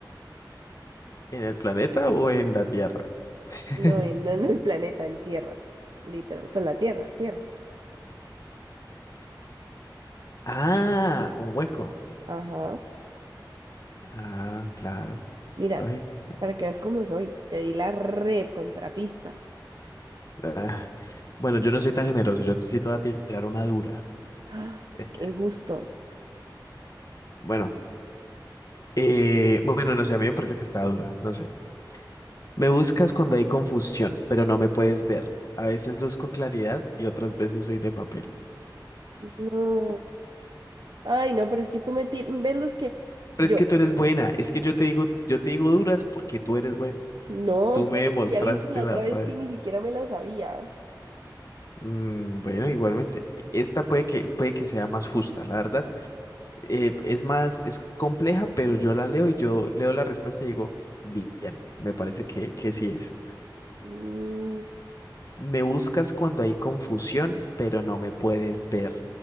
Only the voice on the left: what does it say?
¿en el planeta o en la Tierra? <laughs>
Ah, un hueco.
Ah, claro,
lógico.
Ah, Bueno, yo no soy tan generoso, yo sí te voy a tirar una dura.
<laughs>
Bueno, eh, bueno, no sé, a mí me parece que está dura, no sé. Me buscas cuando hay confusión, pero no me puedes ver. A veces luzco claridad y otras veces soy de papel.
Pero
es que tú eres buena, es que yo te digo, yo te digo duras porque tú eres buena.
Tú me
demostraste
la
otra
vez.
Mm, bueno, igualmente, esta puede que, puede que sea más justa, la verdad. Eh, es más, es compleja, pero yo la leo y yo leo la respuesta y digo, bien, me parece que, que sí es.
Me buscas cuando hay confusión, pero no me puedes ver.